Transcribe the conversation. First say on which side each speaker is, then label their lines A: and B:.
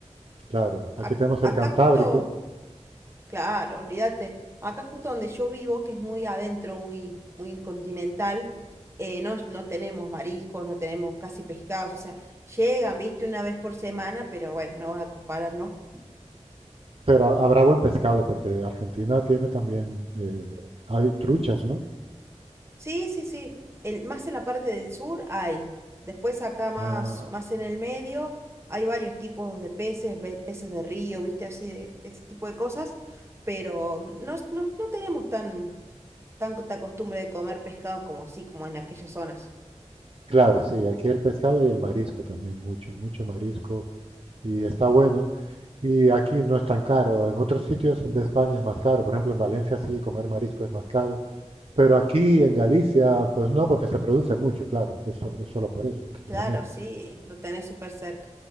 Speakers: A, on the right; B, on the right.
A: claro. Aquí
B: Ac-
A: tenemos
B: acá
A: el Cantábrico,
B: justo, claro, olvídate, acá justo donde yo vivo, que es muy adentro, muy, muy continental, eh, no, no tenemos mariscos, no tenemos casi pescados, o sea, llegan, viste, una vez por semana, pero bueno, no vas a comparar, ¿no?
A: pero ha- habrá buen pescado, porque Argentina tiene también, eh, hay truchas, ¿no?
B: Sí, sí, sí. El, más en la parte del sur hay. Después acá más,
A: Ah,
B: más en el medio hay varios tipos de peces, ve- peces de río, viste, así de ese tipo de cosas. Pero no, no, no tenemos tan, tanta costumbre de comer pescados como así, como en aquellas zonas.
A: claro, sí, aquí el pescado y el marisco también, mucho, mucho marisco, y está bueno. Y aquí no es tan caro, en otros sitios de España es más caro, por ejemplo en Valencia sí, comer marisco es más caro, pero aquí en Galicia, pues no, porque se produce mucho, claro, es, so- es solo por eso, precisamente.
B: Claro, sí, lo tenés súper cerca.